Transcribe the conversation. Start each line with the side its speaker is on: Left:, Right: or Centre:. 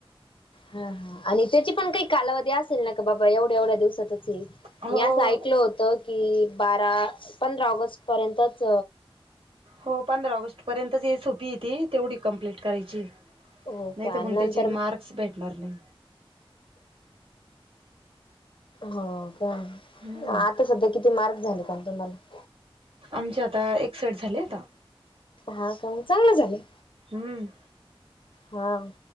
Left: हा हा आणि त्याची पण काही कालावधी असेल ना का बाबा एवढ्या एवढ्या दिवसातच ते
Right: हो
Left: मी असं ऐकलं होत की बारा पंधरा ऑगस्ट पर्यंतच
Right: हो पंधरा ऑगस्ट पर्यंतच सोपी आहे ती तेवढी कंप्लीट करायची
Left: हो
Right: नाही
Left: का
Right: तर पण
Left: नंतर
Right: त्याचे मार्क्स भेटणार नाही.
Left: हो का,
Right: हम्म
Left: आता सध्या किती मार्क्स झाले पण तुम्हाला?
Right: आमचे आता एकसठ झाले आता.
Left: हा का मग चांगले झाले.
Right: हम्म.
Left: हा